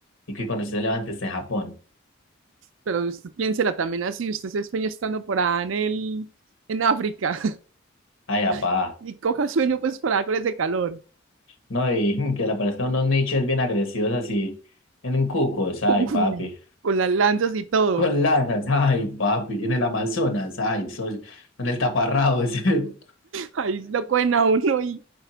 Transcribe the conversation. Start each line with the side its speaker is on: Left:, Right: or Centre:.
Left: y que cuando usted se levante esté en Japón.
Right: Pero usted piénsela también así, usted se sueña estando por allá en el, en África
Left: Ay, apá.
Right: <laughs> y coja sueño pues por allá con ese calor.
Left: No, y <laughs> mm, que le aparezcan unos niches bien agresivos así en Cucos, ay,
Right: Uy,
Left: papi.
Right: con las lanzas y todo.
Left: Con lanas, ay, papi. En el Amazonas, ay, soy. En el taparrabos <laughs>
Right: Ahí lo cogen a uno y,